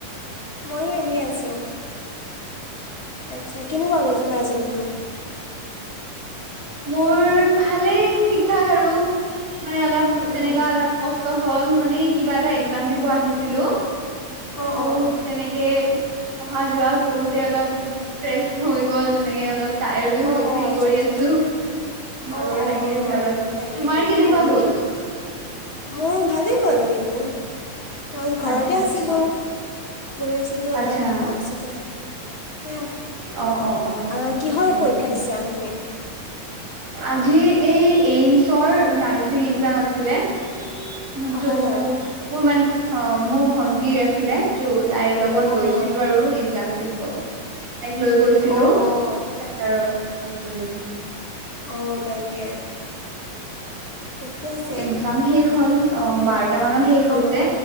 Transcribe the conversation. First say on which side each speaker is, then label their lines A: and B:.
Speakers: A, on the left; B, on the right.
A: ময়ো এনেই আছোঁ। আচ্ছা, কেনেকুৱা গ'ল তোমাৰ‌ আজি দিনটো?
B: মোৰ ভালেই ঠিক ঠাক আৰু। মানে অলপ
A: উম
B: তেনেকুৱা
A: উম
B: অলপ কষ্ট হ'ল মানে, কিবা এটা একজাম দিব আহিছিলোঁ।
A: অঁ
B: টো,
A: অঁ
B: তেনেকে অহা, যোৱা কৰোঁতে অলপ। ত্ৰেছ হৈ গ'ল, এনেকে অলপ টায়াৰ্ডো
A: অঁ
B: হৈ,
A: অঁ
B: ফিল
A: আচ্ছা
B: কৰি
A: আচ্ছা
B: আছোঁ। ভাগৰ
A: অঁ অঁ
B: লাগি আছে
A: হয়
B: অলপ,
A: তাকে
B: তোমাৰ কেনেকুৱা
A: অঁ
B: গ'ল?
A: কি মোৰ ভালেই গ'ল দিনটো। মই ঘৰতে
B: আচ্ছা
A: আছিলোঁ।
B: আচ্ছা
A: ঘূৰি আছিলোঁ অলপ
B: আচ্ছা।
A: তাৰপিছতে সেয়া
B: অ', অ', অ',
A: আহ, কিহৰ
B: উম, উম।
A: পৰীক্ষা দিছা তুমি
B: আজি এই এইমচৰ নাৰ্ছিং একজাম আছিলে। তটো
A: অঁ হয় হয়
B: মোৰ মান অ' মোৰ ভন্টি আছিলে ত তাইৰ লগত
A: অঁ
B: গৈছিলো
A: হয়
B: আৰু এক্জাম দিব। তাইক লৈ গৈছিলো
A: অঁ
B: চেন্টাৰত
A: অঁ
B: উম।
A: অ', তাকে তেকয়া আ
B: এক্জাম শেষ হ'ল অ' বাৰটা মানত শেষ হৈছে
A: অঁ